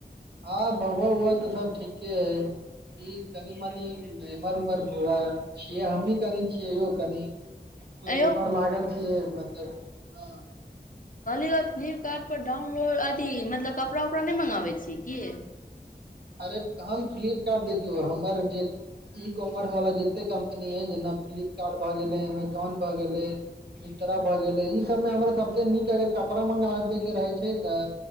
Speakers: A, on the right; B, on the left.
A: हँ बौआ उआ तऽ सब ठीके अय ई कनि मनि एम्हर ओम्हर <unintelligible> छियै हमहीं कनि छियै यौ कनि
B: आँय यौ
A: एम्हर लागल छियै मतलब हँ
B: कहलिग की हँ फ्लिपकार्ट पर डाउनलोड अथी मतलब कपड़ा उपड़ा नहि मँगाबै छियै की
A: अरे हम फ्लिपकार्ट देखियौ हमर जे ई ई कॉमर्सवला जतेक कम्पनी अछि जेना फ्लिपकार्ट भऽ गेलै एमेजोन भऽ गेलै मिन्त्रा भऽ गेलै ई सभमे हमरा सभसे नीक अगर कपड़ा मँग बैक होइ रहै छै तऽ